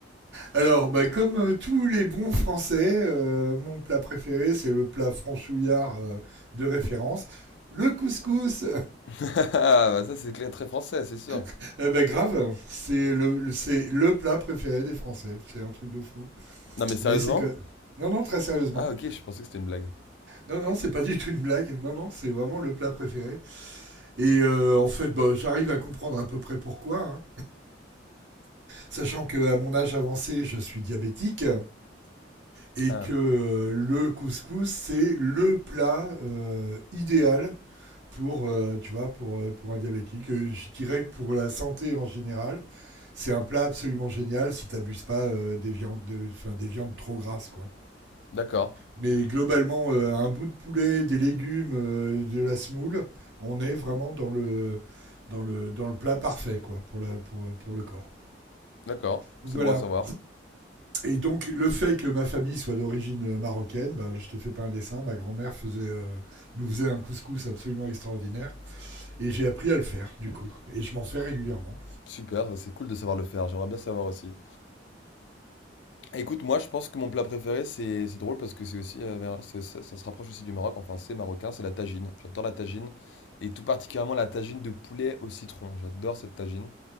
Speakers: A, on the right; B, on the left.
A: Alors, bah, comme euh, tous les bons Français, euh, mon plat préféré, c'est le plat franchouillard euh, de référence. Le couscous,
B: <laughs> Ah, bah ça c'est clair, très français, c'est sûr.
A: <laughs> eh ben grave, c'est le, le- c'est le plat préféré des Français. C'est un truc de fou.
B: Non mais sérieusement?
A: Mais c'est que... Non, non, très sérieusement.
B: Ah ok, je pensais que c'était une blague.
A: Non, non, c'est pas du tout une blague. Non, non, c'est vraiment le plat préféré. Et euh, en fait, bah, j'arrive à comprendre à peu près pourquoi. hein. Sachant que à mon âge avancé, je suis diabétique. et
B: Ah,
A: que euh, le couscous c'est le plat euh, idéal pour euh, tu vois pour euh, pour un diabétique Euh, je dirais que pour la santé en général c'est un plat absolument génial si t'abuses pas euh, des viandes de- enfin des viandes trop grasses quoi
B: d'accord,
A: mais globalement euh, un bout de poulet des légumes euh, de la semoule on est vraiment dans le dans le dans le plat parfait quoi pour la pour pour le corps
B: d'accord,
A: voilà
B: c'est bon à savoir.
A: Et donc, le fait que ma famille soit d'origine euh, marocaine, bah, je te fais pas un dessin, ma grand-mère faisait, euh, nous faisait un couscous absolument extraordinaire. Et j'ai appris à le faire, du coup. Et je m'en fais régulièrement.
B: Super, ça, c'est cool de savoir le faire, j'aimerais bien savoir aussi. Écoute, moi je pense que mon plat préféré, c'est c'est drôle parce que c'est aussi, euh, vers- ça, ça- ça se rapproche aussi du Maroc, enfin c'est marocain, c'est la tagine. J'adore la tagine, et tout particulièrement la tagine de poulet au citron, j'adore cette tagine.